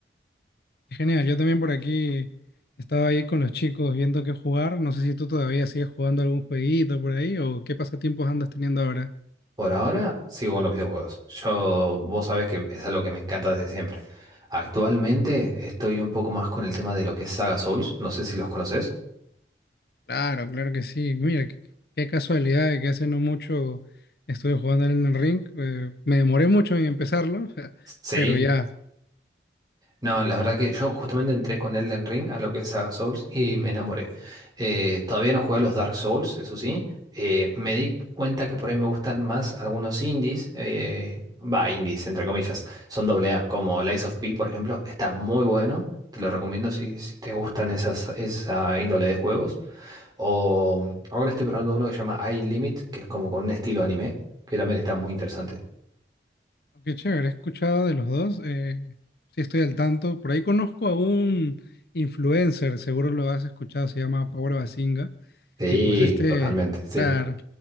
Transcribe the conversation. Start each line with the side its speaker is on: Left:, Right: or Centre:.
Left: Genial, yo también por aquí estaba ahí con los chicos viendo qué jugar. No sé si tú todavía sigues jugando algún jueguito por ahí o qué pasatiempos andas teniendo ahora.
Right: Por ahora sigo con los videojuegos. Yo, vos sabés que es algo que me encanta desde siempre. Actualmente estoy un poco más con el tema de lo que es Saga Souls. No sé si los conoces.
Left: Claro, claro que sí. Mira, qué, qué casualidad de que hace no mucho estuve jugando en el ring. Eh, me demoré mucho en empezarlo, <laughs>
Right: Sí,
Left: pero ya,
Right: No, la verdad que yo justamente entré con Elden Ring a lo que es Saga Souls y me enamoré. Eh, todavía no jugué a los Dark Souls, eso sí. Eh, me di cuenta que por ahí me gustan más algunos indies. eh, Va, indies, entre comillas. Son doble A, como Lies of P, por ejemplo. Está muy bueno. Te lo recomiendo si, si te gustan esas, esa índole de juegos. O ahora estoy probando uno que se llama iLimit, que es como con un estilo anime, que también está muy interesante.
Left: Qué chévere, he escuchado de los dos. eh, sí, estoy al tanto. Por ahí conozco a un influencer, seguro lo has escuchado, se llama Power Basinga.
Right: Sí,
Left: Y pues este,
Right: totalmente, sí.
Left: claro.